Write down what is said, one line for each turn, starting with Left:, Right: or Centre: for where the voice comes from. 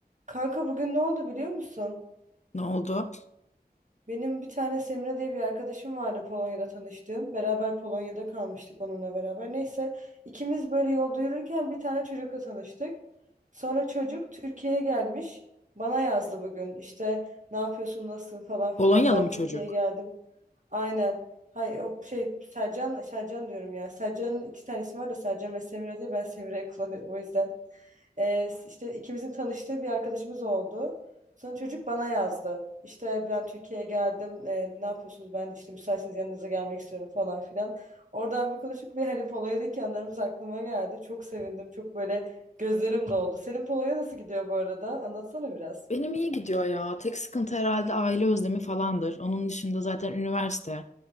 Right: Kanka bugün ne oldu biliyor musun?
Left: Ne oldu?
Right: Benim bir tane Semra diye bir arkadaşım vardı Polonya'da tanıştığım. Beraber Polonya'da kalmıştık onunla beraber. Neyse ikimiz böyle yolda yürürken bir tane çocukla tanıştık. Sonra çocuk Türkiye'ye gelmiş. Bana yazdı bugün İşte ne yapıyorsun nasılsın falan filan
Left: Polonyalı
Right: ben
Left: mı
Right: Türkiye'ye
Left: çocuk?
Right: geldim. Aynen. Hay o şey Sercan Sercan diyorum ya. Sercan'ın iki tane ismi var da Sercan ve Semra diye ben Semra'yı kullanıyorum o yüzden. Ee, işte ikimizin tanıştığı bir arkadaşımız oldu. Sonra çocuk bana yazdı. İşte ben Türkiye'ye geldim. Ee, ne yapıyorsunuz? Ben işte müsaitseniz yanınıza gelmek istiyorum falan filan. Oradan bir konuştuk ve hani Polonya'daki anılarımız aklıma geldi. Çok sevindim. Çok böyle gözlerim doldu. Senin Polonya nasıl gidiyor bu arada? Anlatsana biraz.
Left: Benim iyi gidiyor ya. Tek sıkıntı herhalde aile özlemi falandır. Onun dışında zaten üniversite,